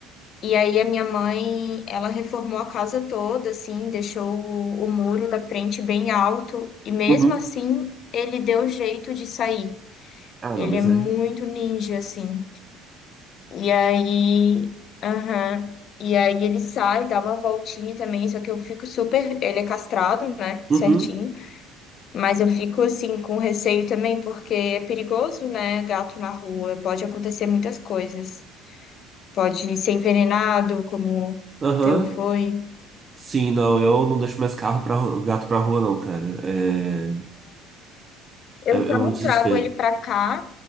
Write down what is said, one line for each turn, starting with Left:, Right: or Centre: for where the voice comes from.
Left: E aí a minha mãe, ela reformou a casa toda, assim, deixou o, o muro da frente bem alto e mesmo
Right: Uhum.
Left: assim ele deu jeito de sair.
Right: Ah,
Left: Ele
Right: não, mas
Left: é muito
Right: é.
Left: ninja, assim. E aí, aham. E aí ele sai, dá uma voltinha também, só que eu fico super, ele é castrado, né, certinho,
Right: Uhum.
Left: mas eu fico assim com receio também porque é perigoso, né, gato na rua, pode acontecer muitas coisas. Pode ser envenenado, como o
Right: Aham.
Left: teu foi.
Right: Sim, não, eu não deixo mais carro para gato pra rua, não, cara. É,
Left: Eu
Right: é, é
Left: só
Right: um
Left: não
Right: desespero.
Left: trago ele pra cá,